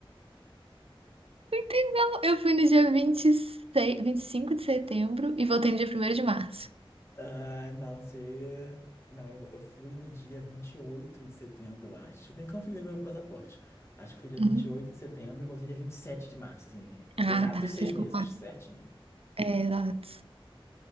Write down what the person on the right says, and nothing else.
Muito legal. Eu fui no dia 26, 25 de setembro e voltei no dia primeiro de março.
Uhum.
Ah,
tá.
Você ficou
lá.
É, exato.